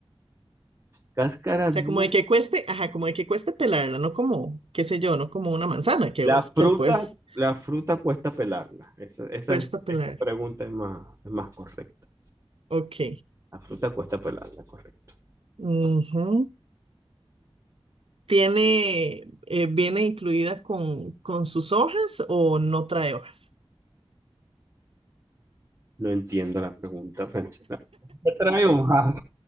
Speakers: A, on the right (about 30°); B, on the right (about 70°).
A: cáscara
B: o
A: dura.
B: sea, como de que cueste, ajá, como de que cueste pelarla, no como, qué sé yo, no como una manzana que
A: La
B: vos
A: fruta,
B: te puedes,
A: la fruta cuesta pelarla. Esa, esa,
B: cuesta
A: es-
B: pelar.
A: esa pregunta es más, es más correcta.
B: Ok.
A: La fruta cuesta pelarla, correcto.
B: Ujú. Tiene, eh, viene incluida con, con sus hojas o no trae hojas.
A: No entiendo la pregunta, Franchela. ¿Qué trae hoja?